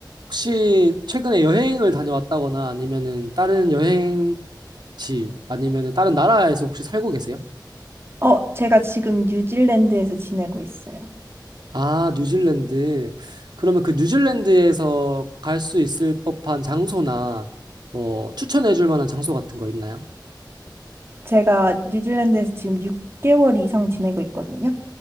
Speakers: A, on the right (about 65°); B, on the right (about 30°).
A: 혹시 최근에 여행을 다녀왔다거나 아니면은 다른 여행지 아니면은 다른 나라에서 혹시 살고 계세요?
B: 어, 제가 지금 뉴질랜드에서 지내고 있어요.
A: 아, 뉴질랜드. 그러면 그 뉴질랜드에서 갈 수 있을 법한 장소나 뭐 추천해 줄 만한 장소 같은 거 있나요?
B: 제가 뉴질랜드에서 지금 6개월 이상 지내고 있거든요.